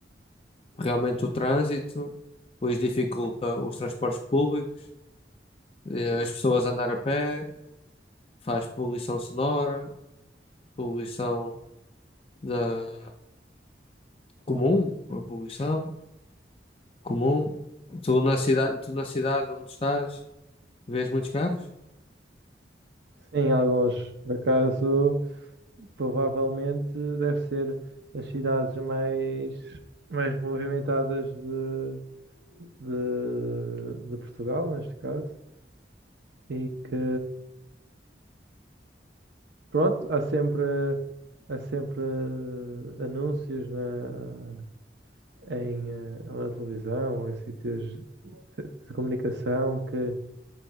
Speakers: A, on the left; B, on the right.
A: realmente o trânsito depois dificulta os transportes públicos, eh, as pessoas andar a pé, faz poluição sonora, poluição da comum, a poluição comum. Tu na cidade, tu na cidade onde estás, vês muitos carros?
B: Sim, alguns. Por acaso, provavelmente deve ser as cidades mais, mais movimentadas de, de, de Portugal, neste caso, e que, pronto, há sempre, há sempre anúncios na, em, eh, ou na televisão, ou em sítios de, de comunicação que,